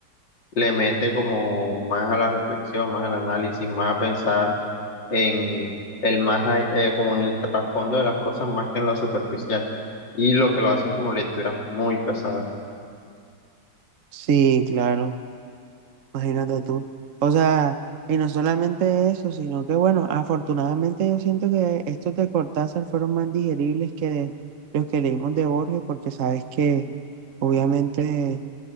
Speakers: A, on the left; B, on the right.
A: le mete como más a la reflexión, más al análisis, más a pensar en el más, a- eh, como en el trasfondo de las cosas más que en lo superficial. Y lo que lo hacen como lecturas muy pesadas.
B: Sí, claro, imagínate tú. O sea, y no solamente eso, sino que bueno, afortunadamente yo siento que estos de Cortázar fueron más digeribles que los que leímos de Borges, porque sabes que obviamente